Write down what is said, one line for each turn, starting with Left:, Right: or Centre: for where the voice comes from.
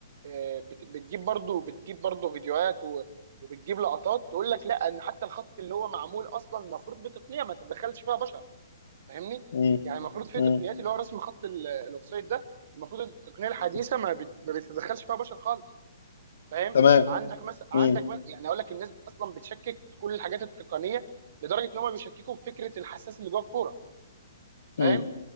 Right: آه، بت- بتجيب برضو بتجيب برضو فيديوهات و- وبتجيب لقطات تقول لك لا ان حتى الخط اللي هو معمول اصلا المفروض بتقنيه ما تتدخلش فيها بشر فاهمني
Left: امم
Right: يعني المفروض في
Left: امم
Right: تقنيات اللي هو رسم خط ال- الاوفسايد ده المفروض التقنيه الحديثه
Left: أمم.
Right: ما بت- ما بتتدخلش فيها بشر خالص فاهم
Left: تمام
Right: عندك مثلا عندك
Left: امم
Right: مثلا يعني اقول لك الناس اصلا بتشكك في كل الحاجات التقنيه لدرجه ان هم بيشككوا في فكره الحساس اللي جوه الكوره فاهم
Left: امم